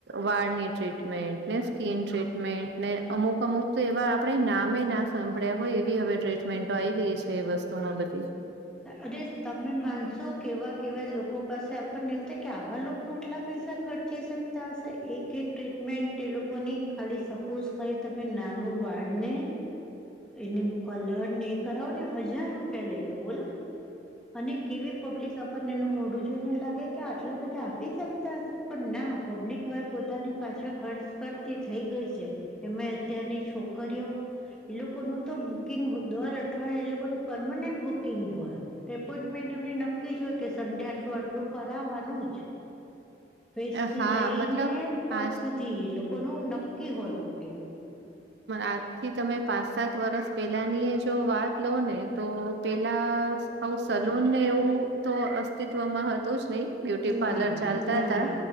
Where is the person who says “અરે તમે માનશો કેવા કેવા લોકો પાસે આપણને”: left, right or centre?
Centre